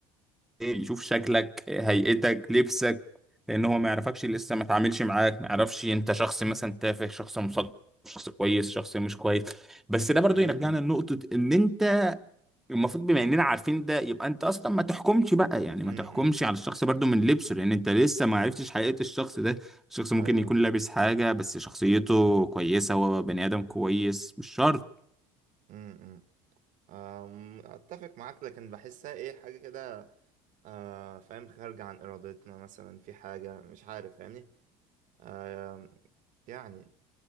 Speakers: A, in the centre; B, on the right.
A: يشوف شكلك هيئتك لبسك لان هو ما يعرفكش لسه ما تعاملش معاك ما يعرفش انت شخص مثلا تافه شخص مثقف شخص كويس شخص مش كويس بس ده برضو
B: امم
A: يرجعنا لنقطة ان انت المفروض بما اننا عارفين ده يبقى انت اصلا ما تحكمش بقى يعني
B: امم
A: ما تحكمش
B: امم
A: على الشخص برضو من لبسه لان انت لسه ما عرفتش حقيقة الشخص ده الشخص ممكن
B: ايوه
A: يكون لابس حاجة بس شخصيته كويسة هو بني ادم كويس مش شرط
B: ايوه أم، اتفق معاك لكن بحسها ايه حاجة كده آه فاهم خارجة عن إرادتنا مثلا في حاجة مش عارف فاهمني آه يعني